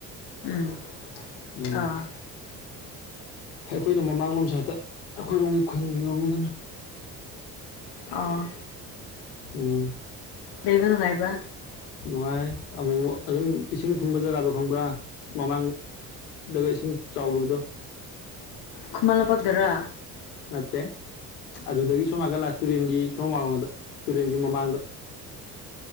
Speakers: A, on the left; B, on the left.
A: ꯎꯝ
B: ꯎꯝ
A: ꯑꯥ
B: ꯑꯩꯈꯣꯏꯅ ꯃꯃꯥꯡꯂꯣꯝꯁ ꯍꯦꯛꯇ ꯑꯩꯈꯣꯏꯔꯣꯝꯒꯤ ꯈꯨꯟ ꯂꯣꯝꯗꯅ
A: ꯑ
B: ꯎꯝ
A: ꯂꯩꯕ ꯅꯨꯡꯉꯥꯏꯕ꯭ꯔꯥ
B: ꯅꯨꯡꯉꯥꯏ ꯑꯃꯨꯛ ꯑꯗꯨꯝ ꯏꯁꯤꯡ ꯊꯨꯝꯕ ꯖꯒꯥꯗꯣ ꯈꯪꯕ꯭ꯔꯥ ꯃꯃꯥꯡ ꯗ ꯏꯁꯤꯡ ꯆꯥꯎꯈꯤꯕꯗꯣ
A: ꯈꯨꯃꯜꯅ ꯄꯛꯗꯔꯥ
B: ꯅꯠꯇꯦ ꯑꯗꯨꯗꯒꯤ ꯁꯣꯝ ꯅꯥꯀꯜꯂꯥ ꯇꯨꯔꯦꯟꯒꯤ ꯁꯣꯝ ꯋꯥꯡꯃꯥꯗ ꯇꯨꯔꯦꯟꯒꯤ ꯃꯃꯥꯡꯗ